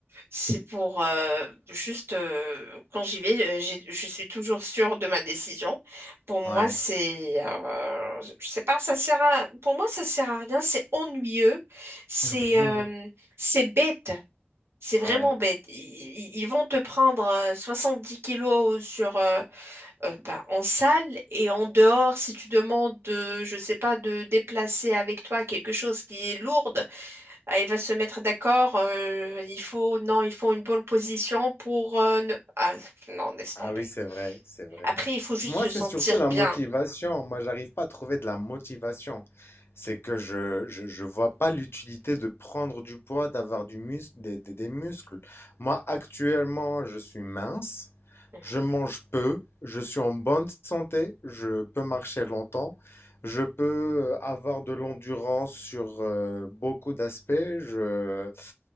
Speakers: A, on the right (about 85°); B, on the left (about 75°).
A: c'est pour euh, juste, euh, quand j'y vais, euh, j'ai- je suis toujours sûre de ma décision. Pour moi,
B: Ouais.
A: c'est, euh, je sais pas, ça sert à, pour moi, ça sert à rien, c'est ennuyeux, c'est,
B: <laughs>
A: euh, c'est bête. C'est
B: Ouais.
A: vraiment bête. Ils, ils- ils vont te prendre euh, 70 kilos sur, euh, euh, bah, en salle et en dehors, si tu demandes de, je sais pas, de déplacer avec toi quelque chose qui est lourde, ah, il va se mettre d'accord. euh, il faut, non, il faut une bonne position pour euh, ne- Ah, non, laisse
B: Ah
A: tomber.
B: oui, c'est vrai, c'est vrai.
A: Après, il faut juste
B: Moi,
A: se
B: c'est
A: sentir
B: surtout la
A: bien.
B: motivation. Moi, j'arrive pas à trouver de la motivation. C'est que je, je, je vois pas l'utilité de prendre du poids, d'avoir du mus des, des, des muscles. Moi, actuellement, je suis mince,
A: Mhm.
B: je mange peu, je suis en bonne santé, je peux marcher longtemps, je peux euh, avoir de l'endurance sur euh, beaucoup d'aspects. Je...